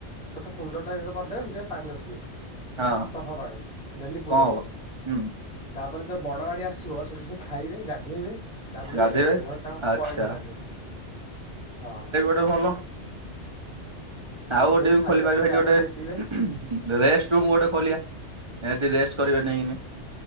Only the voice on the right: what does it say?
ହଁ।
କଣ ହବ ହୁଁ
ଗାଧେଇବେ
ଆଚ୍ଛା
ଏବେ ଭଲ। ଆଉ
ଗୋଟେ ବି
ଖୋଲି ପାରିବେ।
ସେଠି
ଗୋଟେ
ରେଷ୍ଟ ରୁମ୍ ଗୋଟେ ଖୋଲିବା। ହେଟି ରେଷ୍ଟ୍ କରିବେ ନେଇଁନି।